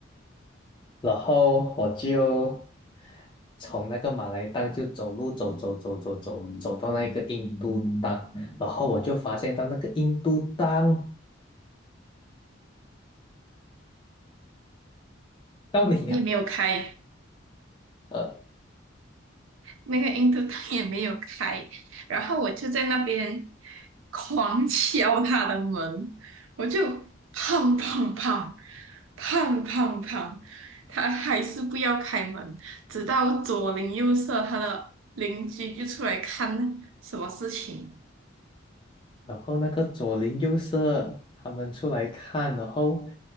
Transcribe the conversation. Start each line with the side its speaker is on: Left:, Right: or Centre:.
Left: 然后我就从那个马来档就走路走走走走走走到那个印度档，然后我就发现到那个印度档到你了，
Right: 也没有开。
Left: 呃，
Right: 那个印度他也没有开，然后我就在那边狂敲他的门，我就砰砰砰砰砰砰，他还是不要开门，直到左邻右舍他的邻居就出来看什么事情，
Left: 然后那个左邻右舍他们出来看，然后